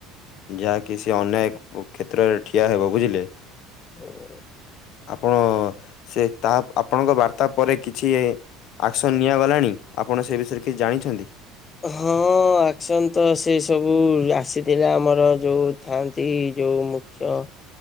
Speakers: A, on the left; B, on the left.
A: ଯାହାକି ସେ ଅନେକ୍ ଉଁ କ୍ଷେତ୍ରରେ ଠିଆ ହେବ ବୁଝିଲେ?
B: ହୁଁ।
A: ଆପଣ ସେ ତାହା ଆପଣଙ୍କ ବାର୍ତ୍ତା ପରେ କିଛି। ଆକ୍ସନ ନିଆଗଲାଣି ଆପଣ ସେ ବିଷୟରେ କିଛି ଜାଣିଛନ୍ତି।
B: ହଁ ଆକ୍ସନ୍ ତ ସେ ସବୁ ଆସିଥିଲା ଆମର ଯୋଉ ଥାଆନ୍ତି ଯୋଉ ମୁ। ଖ୍ୟ।